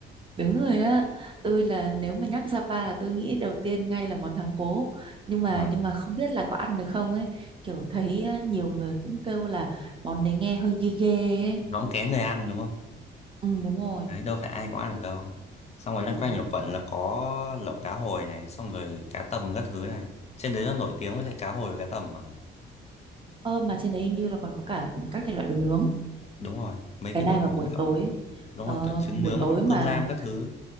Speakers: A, on the right (about 25°); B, on the left (about 35°).
A: Đúng rồi á, tôi là nếu mà nhắc Sapa là tôi nghĩ đầu tiên ngay là món thắng cố. Nhưng mà
B: Ờ,
A: nhưng mà không biết là có ăn được không ấy, kiểu thấy á, nhiều người cũng kêu là món đấy nghe hơi ghê ghê ấy.
B: nó cũng kén người ăn đúng không
A: Ừ đúng rồi.
B: đấy đâu phải ai cũng ăn được đâu xong rồi loanh
A: Ờ,
B: quanh lục quận là có lẩu cá hồi này xong rồi cá tầm các thứ này trên đấy nó nổi tiếng với lại cá hồi và cá tầm mà
A: ơ, mà trên đấy hình như là còn có cả các thể loại đồ nướng.
B: đúng rồi mấy cái
A: Cái này
B: đồ
A: mà
B: nướng
A: buổi
B: kiểu
A: tối
B: đúng
A: ờ,
B: rồi kiểu trứng
A: buổi
B: nướng
A: tối mà
B: cơm lam các thứ